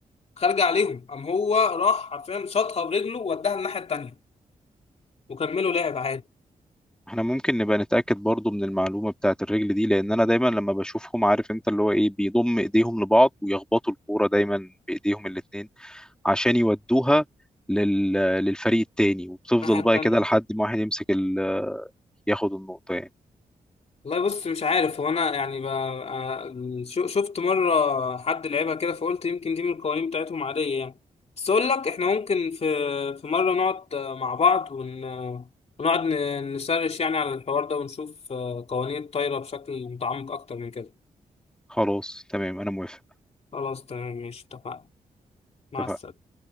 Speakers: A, on the left; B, in the centre.
A: خارجه عليهم قام هو راح حرفيا شاطها برجله ووداها الناحيه التانيه وكملوا لعب عادي
B: احنا ممكن نبقى نتأكد برضو من المعلومة بتاعت الرجل دي لان انا دايما لما بشوفهم عارف انت اللي هو ايه بيضم ايديهم لبعض ويخبطوا الكورة دايما بايديهم الاتنين عشان يودوها لل... للفريق التاني وبتفضل
A: الناحيه التانيه
B: بقى كده لحد ما واحد يمسك ال... ياخد النقطة يعني
A: والله بص مش عارف هو انا يعني ب... آه، شو- شفت مره حد لعبها كده فقلت يمكن دي من القوانين بتاعتهم عاديه يعني بس اقول لك احنا ممكن في في مره نقعد آه، مع بعض ون... آه، ونقعد ن- نسرش يعني على الحوار ده ونشوف آه، قوانين الطايره بشكل متعمق اكتر من كده
B: خلاص تمام انا موافق
A: خلاص تمام ماشي اتفقنا مع
B: اتفقنا
A: السلامه